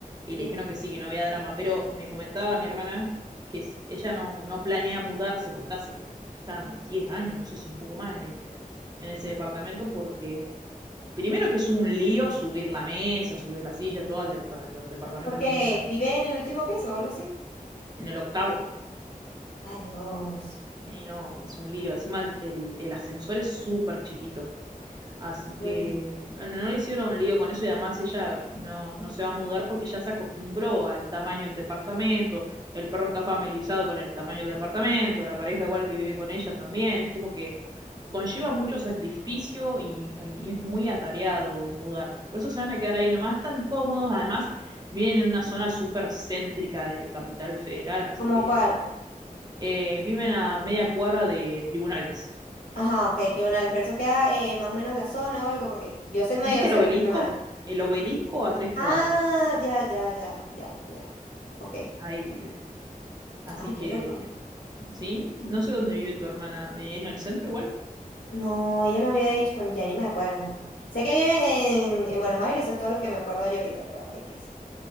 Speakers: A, on the right; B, on the left.
A: y
B: Ujú.
A: le dijeron que sí, que no había drama. Pero me comentaba mi hermana que s- ella no, no planea mudarse, porque está hace como ya 10 años, no sé si un poco más en el, en ese departamento, porque primero que es un lío subir la mesa, subir la silla, todo al de- a los departamentos
B: Porque
A: que son muy altos.
B: vive en el último piso o algo así.
A: En el octavo.
B: Adiós.
A: Sí, no, es un lío. Encima el, el- el ascensor es súper chiquito. Así
B: Ay,
A: que no, no no le hicieron un lío con eso y además ella no, no se va a mudar porque ya se acostumbró al tamaño del departamento. El perro está familiarizado con el tamaño del departamento, la pareja igual que vive con ella también. Es como que conlleva mucho sacrificio y, y es muy atareado mudarte. Por eso se van a quedar ahí nomás tan cómodos. Además, vienen en una zona súper céntrica de Capital Federal, así
B: ¿Cómo
A: que
B: cuál?
A: eh, viven a media cuadra de tribunales.
B: Ajá, ok, tribunales, pero eso queda eh, más o menos la zona o algo, porque yo sé más,
A: ¿Viste
B: yo
A: el
B: sé,
A: obelisco?
B: por mi hermana
A: El obelisco a tres
B: Ah,
A: cuadras.
B: ya, ya, ya, ya, ya. Ok.
A: Ahí vive. Así
B: Ay, qué
A: que,
B: loco.
A: eh, sí, no sé dónde vive tu hermana. Eh, ¿En el centro igual?
B: No, ella me había dicho, pero ya ni me acuerdo. Sé que vive en, en Buenos Aires, eso es todo lo que me acuerdo yo ahorita, pero X.